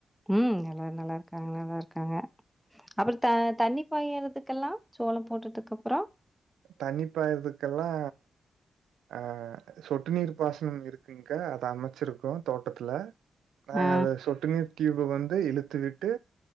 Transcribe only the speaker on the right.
தண்ணி பாய்றதுக்கெல்லா ஆ சொட்டு நீர் பாசனம் இருக்குங்க்கா அத அமைச்சிருக்கோ தோட்டத்துல நாங்க
அத சொட்டு நீர் ட்யூப வந்து இழுத்து விட்டு